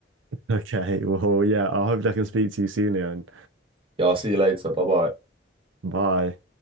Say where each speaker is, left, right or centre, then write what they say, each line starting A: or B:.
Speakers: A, on the right; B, on the right.
A: Okay, well, yeah, I hope I can speak to you soon, Ian.
B: Yeah, I'll see you later. Bye bye.
A: Bye.